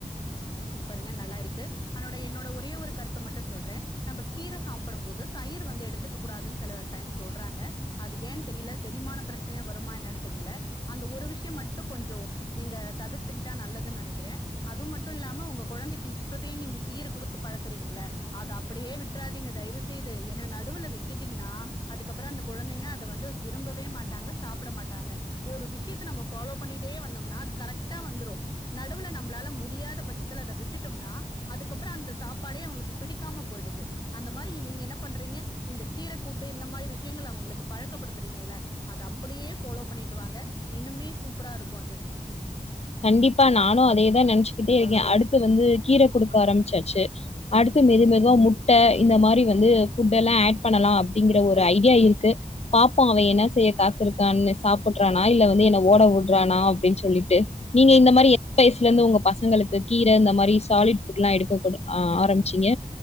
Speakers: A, on the left (about 30°); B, on the left (about 50°).
A: ஆ சூப்பருங்க நல்லா இருக்கு அதனோட என்னோட ஒரே ஒரு கருத்தை மட்டும் சொல்ற நம்ம கீரை சாப்பிடும் போது தயிர் வந்து எடுத்துக்க கூடாதுன்னு சில டைம் சொல்றாங்க அது ஏன்னு தெரியல செரிமான பிரச்சனையா வருமா என்னன்னு தெரியுல அந்த ஒரு விஷயோ மட்டோ கொஞ்சோ நீங்க தவிர்த்துக்கிட்டா நல்லதுன்னு நெனைக்குறே அது மட்டும் இல்லாம உங்க கொழந்தைக்கு இப்பவே நீங்க கீரை குடுத்து பழக்கறீங்கல்ல அத அப்படியே விட்டுறாதீங்க தயவு செய்து ஏன்னா நடுவுல விட்டுட்டீங்கன்னா அதுக்கப்புறோ அந்த கொழந்தைங்க அதை வந்து விரும்பவே மாட்டாங்க சாப்பிட மாட்டாங்க ஒரு விஷயத்த நம்ம ஃபாலோ பண்ணிட்டே வந்தோம்னா அது கரெக்டா வந்துரோ நடுவுல நம் நளால முடியாத பட்சத்துல அதை விட்டுட்டோம்னா அதுக்கப்புறம் அந்த சாப்பாடே அவங்களுக்கு பிடிக்காம போயிடுது அந்த மாதிரி நீங்க என்ன பண்றீங்க இந்த கீரை கூட்டு இந்த மாதிரி விஷயங்கள் அவங்களுக்கு பழக்கப்படுத்துறீங்கல்ல அத அப்படியே ஃபாலோ பண்ணிட்டு வாாங்க இன்னுமே சூப்பரா இருக்கும் அது
B: கண்டிப்பா நானும் அதேதான் நினைச்சுக்கிட்டே இருக்கேன் அடுத்து வந்து கீரை குடுக்க ஆரம்பிச்சாச்சு அடுத்து மெது மெதுவா முட்டை இந்த மாதிரி வந்து ஃபுட் எல்லாம் ஆட் பண்ணலாம் அப்படிங்கிற ஒரு ஐடியா இருக்கு பாப்போம் அவன் என்ன செய்ய காத்திருக்கான்னு சாப்பிடுறானா இல்ல வந்து என்னை ஓட விடுறானா அப்படின்னு சொல்லிட்டு நீங்க இந்த மாதிரி எந்த வயசுல இருந்து உங்க பசங்களுக்கு கீரை இந்த மாதிரி சாலிட் ஃபுட்லா எடுக்க ஆ ஆரம்பிச்சிங்க